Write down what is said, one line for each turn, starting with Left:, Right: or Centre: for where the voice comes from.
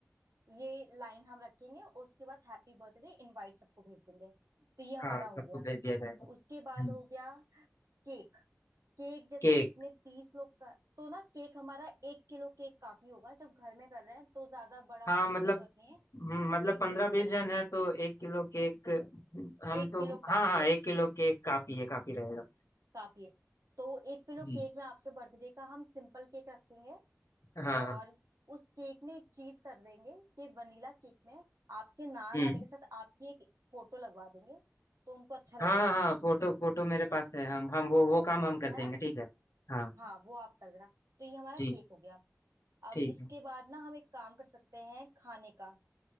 Right: ये लाइन हम रखेंगे उसके बाद हैप्पी बर्थडे इनवाइट सबको भेज देंगे तो ये हमारा
Left: हाँ
Right: हो
Left: सबको
Right: गया
Left: भेज दिया जाएगा
Right: उसके बाद
Left: हम्म
Right: हो गया केक केक जैसे
Left: केक
Right: अब इतने तीस लोग का तो ना केक हमारा एक किलो केक काफी होगा जब घर में कर रहे हैं तो ज्यादा बड़ा
Left: हाँ
Right: करने
Left: मतलब
Right: की जरूरत नहीं है
Left: हम्म, मतलब
Right: एक
Left: पंद्रह
Right: किलो केक
Left: बीस जन है तो एक किलो केक हम
Right: एक
Left: तो
Right: किलो
Left: हाँ
Right: काफी
Left: हाँ
Right: है
Left: एक किलो केक काफी है काफी रहेगा
Right: काफी है तो एक किलो
Left: जी
Right: केक में आपके बर्थडे का हम सिंपल केक रखेंगे
Left: हाँ
Right: और
Left: हाँ
Right: उस केक में एक चीज कर देंगे कि वनीला केक में आपके नान
Left: हम्म
Right: आने के साथ आपकी एक फोटो लगवा देंगे तो उनको अच्छा लगेगा
Left: हाँ हाँ हाँ, फोटो फोटो मेरे पास है हम हम वो वो काम हम कर देंगे
Right: है ना
Left: ठीक है हाँ
Right: हाँ वो आप कर देना तो ये हमारा
Left: जी
Right: केक हो गया अब
Left: ठीक
Right: इसके
Left: है
Right: बाद ना हम एक काम कर सकते हैं खाने का